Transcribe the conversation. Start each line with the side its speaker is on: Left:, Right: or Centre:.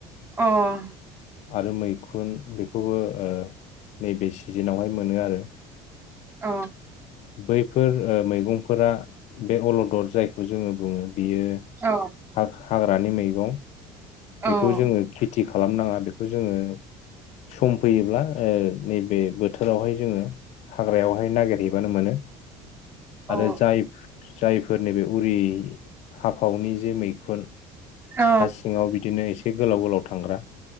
Right: अह।
Left: आरो मैखुन बेखौबो ओ नैबे सिजेनावहाय मोनो आरो।
Right: औ
Left: बैफोर ओ मैगंफोरा बे अलदर जायखौ जोङो बुङो बियो
Right: औ
Left: हा-हाग्रानि मैगं।
Right: औ ओं
Left: बेखौ जोङो खेथि खा खालामनाङा बेखौ जोङो सम फैयोब्ला ओ नैबे बोथोरावहाय जोङो हाग्रायावहाय नागेरहैबानो मोनो।
Right: ओं
Left: आरो जाय जायफोर नैबे उरि हाफावनि जे मैखुन
Right: औ
Left: हा सिङाव बिदिनो एसे बे गोलाव गोलाव थांग्रा